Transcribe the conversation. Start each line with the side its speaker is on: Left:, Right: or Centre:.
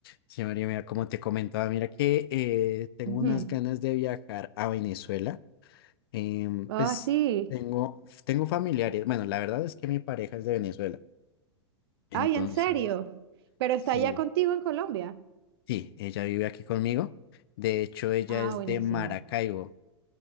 Left: Sí, María, mira, como te comentaba, mira que eh, tengo
Right: Ujú.
Left: unas ganas de viajar a Venezuela. Em,
Right: Ah,
Left: pues
Right: sí.
Left: tengo, tengo familiares. Bueno, la verdad es que mi pareja es de Venezuela. Entonces,
Right: Ay, ¿en serio? ¿Pero
Left: sí,
Right: está allá contigo en Colombia?
Left: sí, ella vive aquí conmigo. De hecho, ella
Right: Ah,
Left: es
Right: buenísimo.
Left: de Maracaibo.